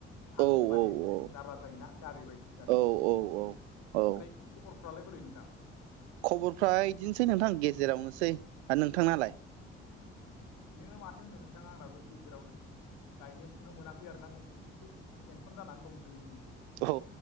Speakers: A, on the left (about 65°); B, on the right (about 75°).
A: थांनो
B: औ
A: माने
B: औ
A: जार जायोना गारि बायदिसिना सोनो
B: औ औ औ
A: ओमफ्राय
B: औ
A: खबरफ्रालाय बोरै नोंथां
B: खबरफ्रा बिदिनोसै नोंथां गेजेरावनोसै आर नोंथांनालाय
A: बिदिनो माथो होनो नोंथां आंनाबो गेजेरावनो गायनो फुनो मोनाखै आरोना जों एसे टेनसन जानानै दं दैनि
B: औ